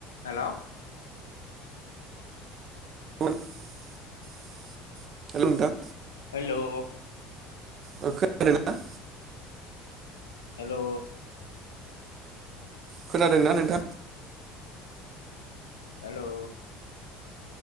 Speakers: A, on the left (about 70°); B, on the right (about 40°).
A: हेल'
B: <inaudible> hello नोंथां
A: hello
B: खोनादों ना?
A: हेलौ
B: खोनादोंना नोंथां
A: हेलौ